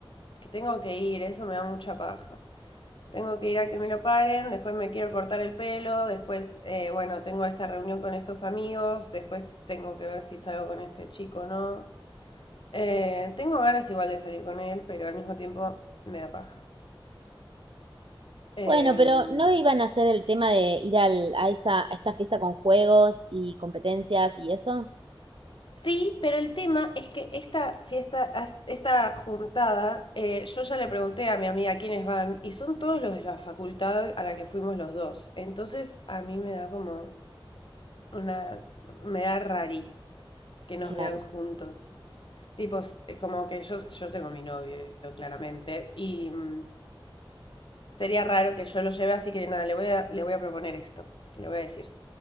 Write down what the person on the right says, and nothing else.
Bueno, pero ¿no iban a hacer el tema de ir al- a esa, a esta fiesta con juegos y competencias y eso?
Claro.